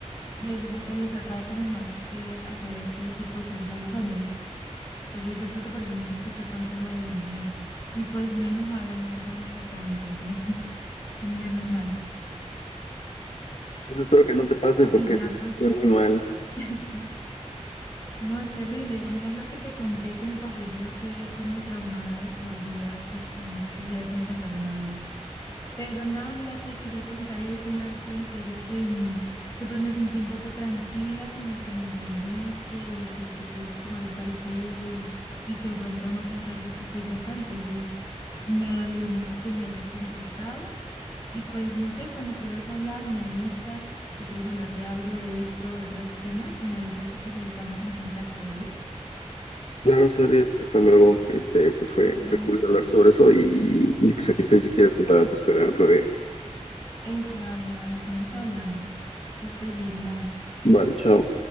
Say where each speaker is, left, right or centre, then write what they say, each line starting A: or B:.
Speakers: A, on the left; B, on the left.
A: les, gu- o les atrae como más eh, hacer este tipo de cosas a los hombres. Entonces yo creo que por eso no se escucha tanto lo de la mujer. Y pues menos mal, a mí nunca me ha pasado, entonces <laughs> menos mal.
B: Pues espero que no te pase porque
A: Y ya
B: esté
A: pues,
B: muy mal.
A: <laughs> sí. No, es terrible, sino más lo que te conté que me pasó, yo ya quedé como traumada de por vida, pues no quisiera que me pasara nada de eso. Pero nada, mira, te quería contar eso, Marco, en serio, que, mm, que pues me sentí un poco tranquila, como que me entendiste y pues que tuviste como algo parecido y, y que de pronto no pensar yo que estoy loca, entonces me alegró mucho que me hayas contestado. Y pues no sé, cuando quieras hablar, me avisas. Si quieres hablar de algo, de esto, de otros temas, me avisas y pues ahí estamos en contacto, ¿vale?
B: Claro, Sariet, hasta luego. Este, pues fue,
A: Dale.
B: fue cool hablar sobre eso y, y pues aquí estoy si quieres contar tu historia en otro día.
A: Eso, dale, dale, estamos hablando. Que estés bien, bye.
B: Vale, chao.